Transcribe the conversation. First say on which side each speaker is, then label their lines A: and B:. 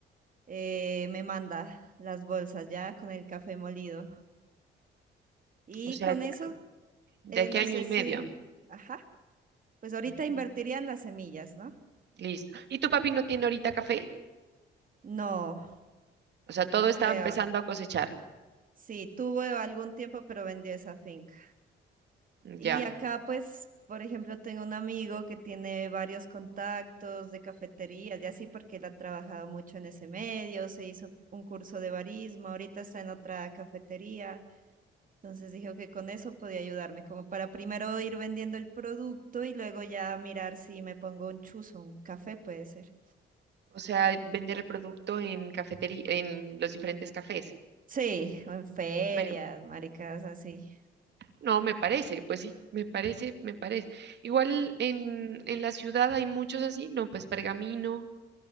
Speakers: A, on the right (about 45°); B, on the right (about 60°).
A: eh, me manda las bolsas ya con el café molido. Y
B: O sea,
A: con eso,
B: ¿de
A: eh,
B: qué
A: no
B: año
A: sé
B: y
A: si,
B: medio?
A: ajá, pues ahorita
B: Ujú,
A: invertiría en las semillas, ¿no?
B: Listo. ¿Y tu papi no tiene ahorita café?
A: No,
B: O sea, todo
A: no
B: está
A: creo.
B: empezando a cosechar.
A: Sí, tuvo algún tiempo, pero vendió esa finca. Y
B: Ya.
A: acá, pues, por ejemplo, tengo un amigo que tiene varios contactos de cafeterías y así, porque él ha trabajado mucho en ese medio, se hizo un curso de barismo, ahorita está en otra cafetería. Entonces dijo que con eso podía ayudarme, como para primero ir vendiendo el producto y luego ya mirar si me pongo un chuzo, un café puede ser.
B: O sea, vender el producto en cafetería, en los diferentes cafés.
A: Sí, o en ferias,
B: Me,
A: maricas así.
B: No, me parece, pues sí, me parece, me parece. Igual en, en la ciudad hay muchos así, no, pues Pergamino,